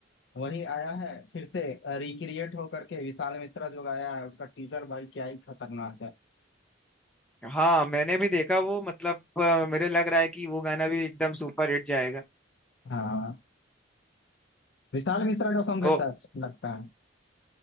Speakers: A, on the left; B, in the centre.
A: वही आया है फिर से रिक्रिएट हो करके विशाल मिश्रा जो गाया है उसका टीजर भाई क्या ही खतरनाक है
B: हाँ मैंने भी देखा वो मतलब अ, मेरे लग रहा है कि वो गाना भी एकदम सुपर हिट जाएगा
A: हाँ विशाल मिश्रा का सॉन्ग
B: तो
A: कैसा अच्छा लगता है